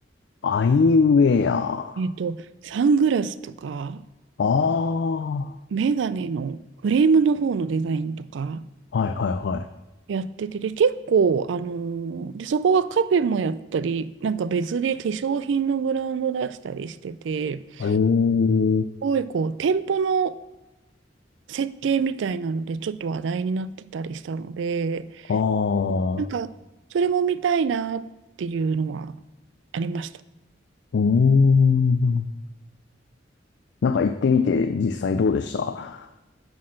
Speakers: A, on the left; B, on the right.
A: アイウェア。
B: えっと、サングラスとか、
A: ああ。
B: メガネのフレームの方のデザインとか
A: はいはいはい。
B: やってて、で、結構、あのーで、そこがカフェもやったり、なんか別で化粧品のブランド出したりしてて、
A: ええ。
B: すごいこう、店舗の設計みたいなので、ちょっと話題になってたりしたので、
A: ああ。
B: なんか、それも見たいなっていうのはありました。
A: うーん。なんか行ってみて実際どうでした